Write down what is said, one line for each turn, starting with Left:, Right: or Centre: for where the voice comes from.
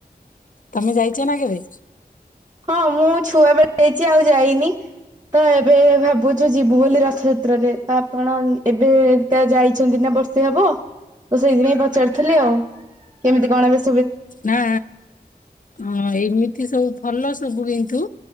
Left: ତମେ ଯାଇଛ ନା କେବେ?
Right: ହଁ ମୁଁ ଛୁଆ ବେଳେ ଇଚି ଆଉ ଯାଇନି। ତ ଏବେ ଭାବୁଛୁ ଯିବୁ ବୋଲି ରଥଯାତ୍ରାରେ ତ ଆପଣ ଏବେକା ଯାଇଛନ୍ତି ନା ବର୍ଷେ ହବ। ତ ସେଇଥିପାଇଁ ପ ଚାରୁଥିଲି ଆଉ କେମିତି <unintelligible>
Left: ନାଁ ହଁ ଏମିତି ସବୁ ଭଲ ସବୁ କିନ୍ତୁ,